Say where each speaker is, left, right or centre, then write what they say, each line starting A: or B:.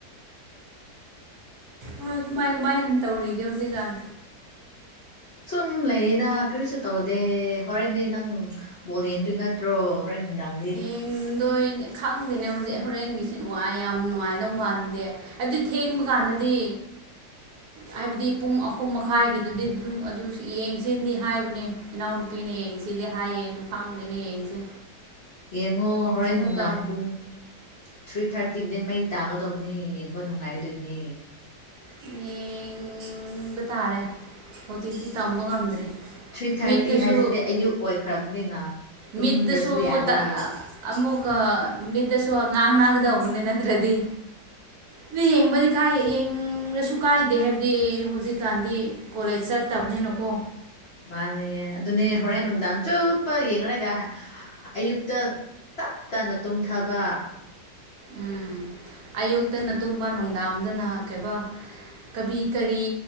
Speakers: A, on the right; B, on the left.
A: ꯍꯣꯏ ꯀꯃꯥꯏ ꯀꯃꯥꯏꯅ ꯇꯧꯔꯤꯒꯦ ꯍꯧꯖꯤꯛꯀꯥꯟ
B: ꯎꯝ ꯂꯩꯌꯦꯗ ꯀꯔꯤꯁꯨ ꯇꯧꯗꯦ ꯍꯣꯔꯦꯟꯗꯤ ꯅꯪ ꯕꯣꯜ ꯌꯦꯡꯗꯣꯏ ꯅꯠꯇ꯭ꯔꯣ ꯍꯣꯔꯦꯟ ꯅꯨꯡꯗꯥꯡ
A: ꯌꯦꯡꯗꯣꯏꯅꯦ ꯈꯪꯗꯦꯅꯦ ꯍꯧꯖꯤꯛ ꯍꯣꯔꯦꯟꯒꯤꯁꯤ ꯅꯨꯡꯉꯥꯏ ꯌꯥꯝ ꯅꯨꯡꯉꯥꯏꯗꯧ ꯃꯥꯟꯗꯦ ꯑꯗꯨ ꯊꯦꯡꯕ ꯀꯥꯟꯗꯗꯤ ꯍꯥꯏꯕꯗꯤ ꯄꯨꯡ ꯑꯍꯨꯝ ꯃꯈꯥꯏꯒꯤꯗꯨꯗꯤ ꯑꯗꯨꯝ ꯑꯗꯨ ꯌꯦꯡꯁꯤꯅꯤ ꯍꯥꯏꯕꯅꯦ‌ ꯏꯅꯥꯎꯅꯨꯄꯤꯅ ꯌꯦꯡꯁꯤꯗꯤ ꯍꯥꯏꯌꯦ ꯑꯗꯨ ꯈꯥꯡꯗꯦꯅ ꯌꯦꯡꯁꯦ
B: ꯌꯦꯡꯉꯣ ꯍꯣꯔꯦꯟ
A: ꯑꯃꯨꯛꯀ
B: ꯅꯨꯡꯗꯥꯡ ꯄꯨꯡ ꯊ꯭ꯔꯤ ꯊꯥꯔꯇꯤꯒꯤꯗꯩ ꯃꯩ ꯇꯥꯒꯗꯧꯕꯅꯤ ꯌꯦꯡꯕ ꯅꯨꯡꯉꯥꯏꯗꯣꯏꯅꯦ
A: ꯌꯦꯡꯕ ꯇꯥꯔꯦ ꯍꯧꯖꯤꯛꯇꯤ ꯇꯝꯕ ꯉꯝꯗ꯭ꯔꯤ
B: ꯊ꯭ꯔꯤ ꯊꯥꯔꯇꯤ
A: ꯃꯤꯠꯇꯁꯨ
B: ꯍꯥꯏꯁꯤꯗꯤ ꯑꯌꯨꯛ ꯑꯣꯏꯈ꯭ꯔꯕꯅꯤꯅ ꯇꯨꯝꯗ꯭ꯔꯁꯨ
A: ꯃꯤꯠꯇꯁꯨ ꯃꯨꯠꯇꯥ
B: ꯌꯥꯔꯦ
A: ꯑꯃꯨꯛꯀ ꯃꯤꯠꯇꯁꯨ ꯉꯥꯡ ꯅꯒꯗꯧꯕꯅꯤ ꯅꯠꯇ꯭ꯔꯗꯤ ꯐ꯭ꯔꯤ ꯌ‌ꯦꯡꯕꯩ ꯀꯥꯏ ꯌ‌ꯦꯡꯔꯁꯨ ꯀꯥꯏꯗ‌ꯦ ꯍꯥꯏꯕꯗꯤ ꯍꯧꯖꯤꯛꯀꯥꯟꯗꯤ ꯀꯣꯂꯦꯖ ꯆꯠꯇꯕꯅꯤꯅꯀꯣ
B: ꯃꯥꯅꯦ ꯑꯗꯨꯅꯦ ꯍꯣꯔꯦꯟ ꯅꯨꯡꯗꯥꯡ ꯆꯨꯞ ꯄ ꯌꯦꯡꯔꯒ ꯑꯌꯨꯛꯇ ꯇꯞ ꯇꯅ ꯇꯨꯝꯊꯕ
A: ꯎꯝ ꯑꯌꯨꯛꯇꯅ ꯇꯨꯝꯕ ꯅꯨꯡꯗꯥꯡꯗꯅ ꯀꯩꯕ ꯀꯕꯤ ꯀꯔꯤ